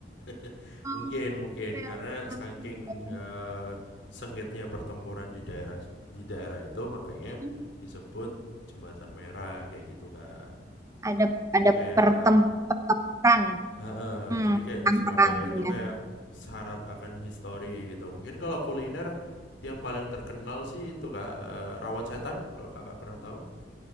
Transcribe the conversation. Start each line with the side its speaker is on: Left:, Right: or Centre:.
Left: <laughs>
Right: Oh,
Left: Mungkin mungkin
Right: Oke
Left: karena
Right: oke
Left: saking
Right: oke. Jembatan.
Left: eh, sengitnya pertempuran di daerah si- di daerah itu makanya
Right: Mm-mm.
Left: disebut jembatan merah kayak gitu Kak.
Right: Ada
Left: Jadi
Right: ada
Left: kayak
Right: pertem pertempuran.
Left: eh, eh,
Right: Hmm,
Left: jadi kayak
Right: perang-perang.
Left: di Surabaya itu
Right: iya.
Left: kayak syarat akan histori gitu. Mungkin kalau kuliner yang paling terkenal sih itu Kak, eh, rawon setan kalau Kakak pernah tahu.